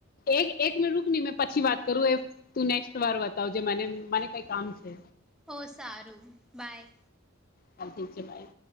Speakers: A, on the left (about 45°); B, in the centre.
A: એક એક મિન રૂક ની મેં પછી વાત કરું એ તું નેક્સ્ટ વાર બતાવ જે મને મને કઈ કામ છે.
B: હો સારું બાય.
A: ચાલ ઠીક છે બાય.